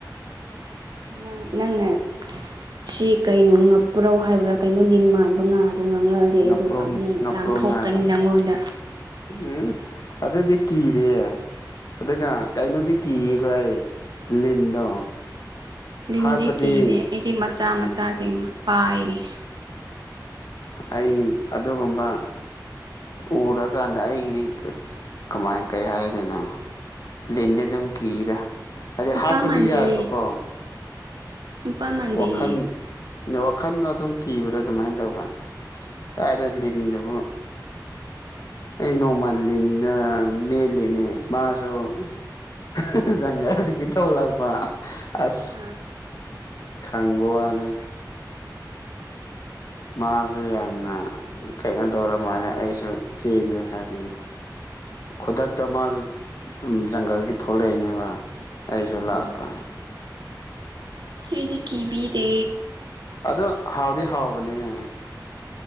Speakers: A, on the right (about 75°); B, on the left (about 55°).
A: ꯅꯪ ꯅꯪꯅ ꯁꯤ ꯀꯩꯅꯣ ꯉꯛꯄꯨꯔꯧ ꯍꯥꯏꯕ꯭ꯔꯥ ꯀꯩꯅꯣ ꯂꯤꯟ ꯃꯥꯟꯕ ꯉꯥꯗꯣ ꯉꯥꯡꯉꯛꯑꯅꯤ ꯗꯤ ꯑꯩꯁꯨ
B: ꯉꯥꯄ꯭ꯔꯨꯝ
A: ꯐ
B: ꯉꯥꯄ꯭ꯔꯨꯝ
A: ꯂꯥꯡꯊꯣꯛꯀꯅꯤ
B: ꯍꯥꯏꯕ
A: ꯅꯪꯉꯣꯟꯗ
B: ꯎꯝ ꯑꯗꯨꯗꯤ ꯀꯤꯔꯦ ꯑꯗꯨꯒ ꯀꯩꯅꯣꯗꯤ ꯀꯤꯌꯦꯈ ꯑꯩ ꯂꯤꯟꯗꯣ
A: ꯂꯤꯟꯗꯤ
B: ꯍꯥꯠꯄꯗꯤ
A: ꯀꯤꯗꯦ ꯑꯩꯗꯤ ꯃꯆꯥ ꯃꯆꯥꯁꯤꯡ ꯄꯥꯏꯔꯤ
B: ꯑꯩ ꯑꯗꯨꯒꯨꯝꯕ ꯎꯔꯀꯥꯟꯗ ꯑꯩꯒꯤꯗꯤ ꯀꯃꯥꯏ ꯀꯩ ꯍꯥꯏꯗꯣꯏꯅꯣ ꯂꯤꯟꯗꯤ ꯑꯗꯨꯝ ꯀꯤꯗ ꯍꯥꯏꯗꯤ
A: ꯅꯨꯄꯥ
B: ꯍꯥꯠꯄꯗꯤ
A: ꯃꯥꯟꯗꯦ
B: ꯌꯥꯏꯕꯀꯣ
A: ꯅꯨꯄꯥ ꯃꯥꯟꯗꯦ
B: ꯋꯥꯈꯜ ꯋꯥꯈꯜꯗ ꯑꯗꯨꯝ ꯀꯤꯕꯗꯣ ꯑꯗꯨꯃꯥꯏꯅ ꯇꯧꯕ ꯀꯗ ꯂꯤꯟꯗꯨꯕꯨ ꯑꯩ ꯅꯣꯃꯜ ꯂꯤꯅ ꯃꯦꯂꯤ ꯂꯤꯅꯦ ꯃꯖꯣꯖꯪꯒꯔ ꯑꯗꯨꯗꯒꯤ
A: ꯅꯪ
B: ꯇꯧ ꯂꯥꯛꯄ ꯑꯁ
A: ꯑꯥ
B: ꯈꯪꯕꯅꯦ ꯃꯥꯁꯨ ꯌꯥꯝꯅ ꯀꯩꯅꯣ ꯇꯧꯔ ꯃꯥꯜꯂꯦ ꯑꯩꯁꯨ ꯆꯦꯜꯂꯤꯦ ꯍꯥꯏꯁꯤꯅꯤ ꯈꯨꯗꯛꯇ ꯃꯥꯁꯨ ꯖꯪꯒꯜꯒꯤ ꯊꯣꯛꯂꯛꯏꯅꯦꯕ ꯑꯩꯁꯨ ꯂꯥꯛꯄ
A: ꯎꯝ ꯑꯩꯗꯤ ꯀꯤꯕꯤꯗ
B: ꯑꯗꯣ ꯍꯥꯎꯗꯤ ꯍꯥꯎꯕꯅꯦꯌꯦ